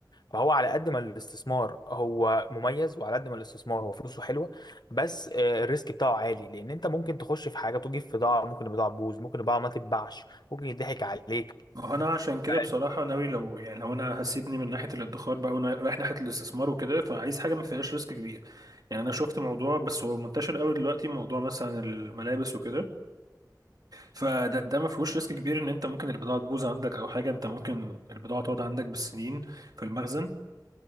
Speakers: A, on the left; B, on the right.
A: فهو على قد ما الاستثمار هو مميز وعلى قد ما الاستثمار هو فلوسه حلوه بس آه، الريسك بتاعه عالي لان انت ممكن تخش في حاجه تجيب في ضاع ممكن البضاعه تبوظ ممكن البضاعه ما تتباعش ممكن يضحك عليك
B: ما هو انا عشان كده
A: ف-
B: بصراحه ناوي لو يعني لو انا هسيبني من ناحيه الادخار بقى وانا رايح ناحيه الاستثمار وكده فعايز حاجه ما فيهاش ريسك كبير يعني انا شفت موضوع بس هو منتشر قوي دلوقتي موضوع مثلا الملابس وكده فده ده ما فيهوش ريسك كبير ان انت ممكن البضاعه تبوظ عندك او حاجه انت ممكن البضاعه تقعد عندك بالسنين في المخزن